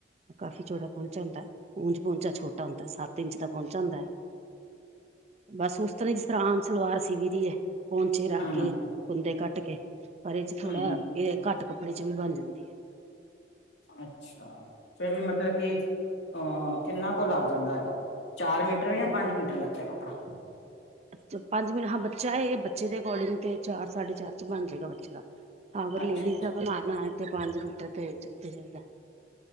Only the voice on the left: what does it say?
ਹਮ
ਹਮ ਹਮ
ਅੱਛਾ ਫਿਰ ਵੀ ਮਤਲਬ ਕਿ ਆ ਕਿੰਨਾ ਕੁ ਲੱਗ ਜਾਂਦਾ ਹੈਗਾ, ਚਾਰ ਮੀਟਰ ਜਾਂ ਪੰਜ ਮੀਟਰ ਲੱਗਦਾ ਕੱਪੜਾ
ਅੱਛਾ,
ਅੱਛਾ,